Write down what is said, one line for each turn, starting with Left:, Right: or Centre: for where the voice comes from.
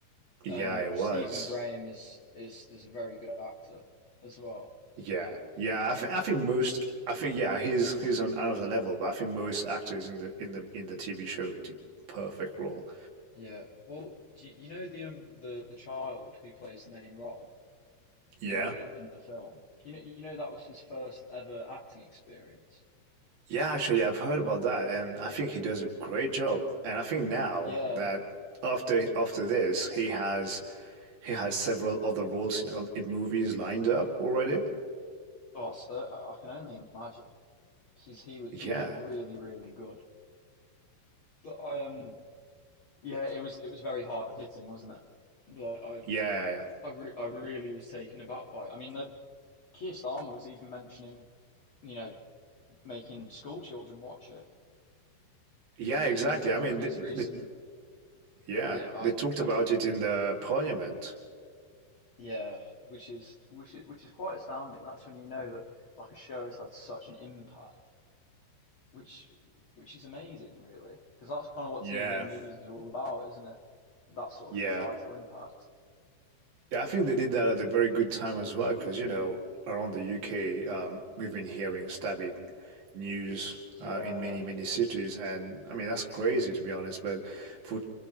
Right: Yeah,
Left: Um,
Right: it
Left: Stephen
Right: was.
Left: Graham is is is a very good actor as well.
Right: Yeah, yeah. I think
Left: Um,
Right: I think most. I think yeah, he's he's on another level, but I think most actors in the in the in the TV show did perfect role.
Left: Yeah. Well, do you, you know the um the the child who plays the main role
Right: Yeah.
Left: in the in the film? You know you know that was his first ever acting experience.
Right: Yeah, actually, I've heard about that, and I think he does a great job. And I think now
Left: Yeah.
Right: that after after this, he has he has several other roles in, in movies lined up already.
Left: Oh, so I I can only imagine because he was
Right: Yeah,
Left: he was really really good. But I um yeah, it was it was very hard hitting, wasn't it? Like I
Right: yeah, yeah, yeah.
Left: I re I really was taken aback by it. I mean, the Keir Starmer was even mentioning you know making school children watch it
Right: Yeah, exactly.
Left: in in
Right: I mean,
Left: one of his
Right: the,
Left: recent
Right: the, yeah,
Left: yeah I
Right: they talked
Left: I
Right: about
Left: mean,
Right: it
Left: you
Right: in
Left: can
Right: the parliament.
Left: Yeah, which is which is which is quite astounding. That's when you know that like a show has had such an impact, which which is amazing, really, because that's kind of what
Right: Yeah,
Left: TV and movies are all about, isn't it? That sort
Right: yeah.
Left: of societal impact.
Right: Yeah, I think they did that at a very good time as well, because you know, around the UK, um, we've been hearing stabbing news uh,
Left: Yeah.
Right: in many, many cities, and I mean that's crazy to be honest. But for